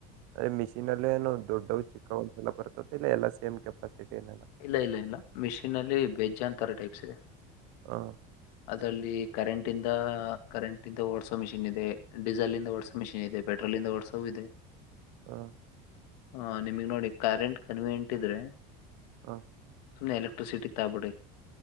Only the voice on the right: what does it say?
ಅದೇ ಮಿಷೀನಲೆ ಏನು ದೊಡ್ಡವು ಚಿಕ್ಕವು ಸಲ ಬರ್ತತಿ ಇಲ್ಲ ಎಲ್ಲಾ ಸೇಮ್ ಕೆಪಾಸಿಟಿ ಏನ.
ಹಾ
ಹಾ <inaudible>
ಹ <inaudible>